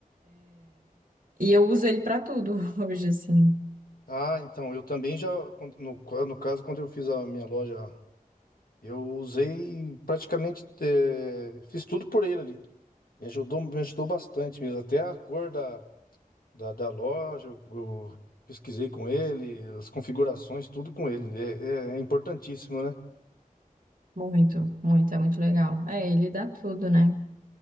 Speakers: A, on the right; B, on the left.
A: E eu uso ele pra tudo <laughs> hoje, assim.
B: Ah, então, eu também já, quando- no, qua- no caso, quando eu fiz a minha loja, eu usei praticamente, eh, fiz tudo por ele ali. Me ajudou, me ajudou bastante mesmo, até a cor da da, da loja, eu, eu pesquisei com ele, as configurações, tudo com ele. É, é é importantíssimo, né?
A: Muito, muito, é muito legal. É, ele dá tudo, né?